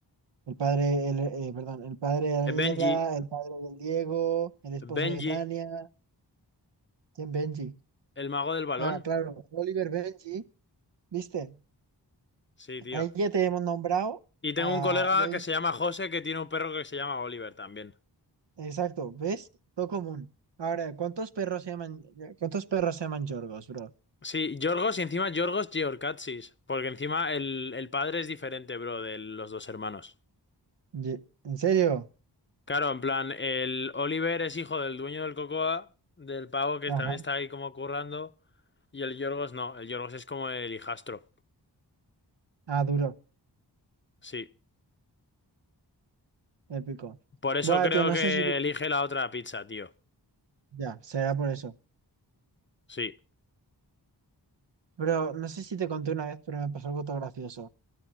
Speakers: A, on the right; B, on the left.
A: el padre, el, eh, perdón, el padre de Daniela,
B: Eh, Benji.
A: el padre del Diego, el esposo
B: Benji.
A: de Tania, ¿quién Benji?
B: El mago del balón.
A: Ah, claro, Oliver Benji, ¿viste?
B: Sí, tío.
A: Ahí ya te hemos nombrado.
B: Y tengo
A: Ah,
B: un colega
A: ya-
B: que se llama José que tiene un perro que se llama Oliver también.
A: exacto, ¿ves? Todo común. Ahora, ¿cuántos perros se llaman, cuántos perros se llaman Yorgos, bro?
B: Sí, Yorgos y encima Yorgos Georgatsis. Porque encima el, el padre es diferente, bro, de los dos hermanos.
A: Ye- ¿En serio?
B: Claro, en plan, el Oliver es hijo del dueño del Cocoa, del pavo que
A: Ajá.
B: también está ahí como currando, y el Yorgos no, el Yorgos es como el hijastro.
A: Ah, duro.
B: Sí.
A: Épico.
B: Por eso
A: Bueno,
B: creo
A: tío, no
B: que
A: sé si te...
B: elige la otra pizza, tío.
A: Ya, será por eso.
B: Sí.
A: Pero no sé si te conté una vez, pero me pasó algo todo gracioso.